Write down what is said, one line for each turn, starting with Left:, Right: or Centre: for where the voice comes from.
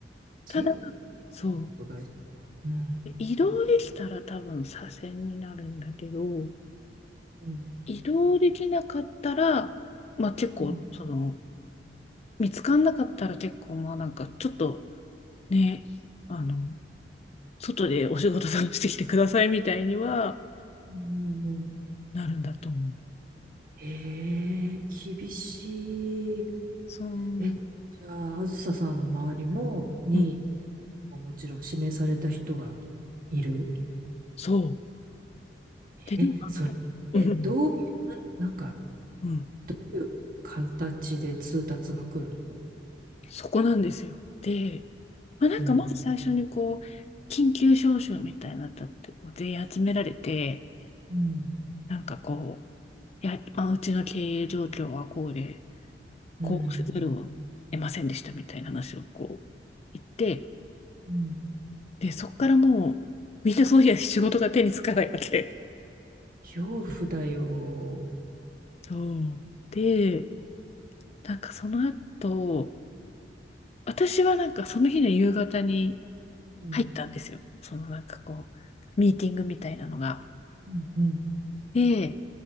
Right: じ
Left: ただ、そ
Right: 部外。うん。
Left: う。移動できたら多分左遷になるんだけど、
Right: うん。
Left: 移動できなかったら、まあ結構、
Right: うん。
Left: その、見つかんなかったら結構、まあなんかちょっとね、あの、外でお仕事探してきてくださいみたいには
Right: うんうんうん。
Left: なるんだと思う。
Right: へえ、厳しい。
Left: そう。
Right: え、じゃあ、あずささんの周りも、に、
Left: うん、
Right: もちろん指名された人がいる。
Left: そう。で、
Right: え、
Left: なんか、
Right: それ、
Left: うん、
Right: え、どういう、な、なんか、
Left: うん。
Right: どういう形で通達が来るの
Left: そこなんですよ。で、まあ、なんかまず最初にこう、
Right: うん。
Left: 緊急招集みたいなのだってこう全員集められて、
Right: うん。
Left: なんかこう、いや、まあ、うちの経営状況はこうで、
Right: うん。
Left: こうせざるを得ませんでしたみたいな話をこう言って、
Right: うん。
Left: で、そこからもう、みんなその日は仕事が手につかないわけ。
Right: 恐怖だよ。
Left: そう。で、なんかその後、私はなんかその日の夕方に
Right: うん。
Left: 入ったんですよ。そのなんかこう、ミーティングみたいなのが。
Right: うん。うん。
Left: で、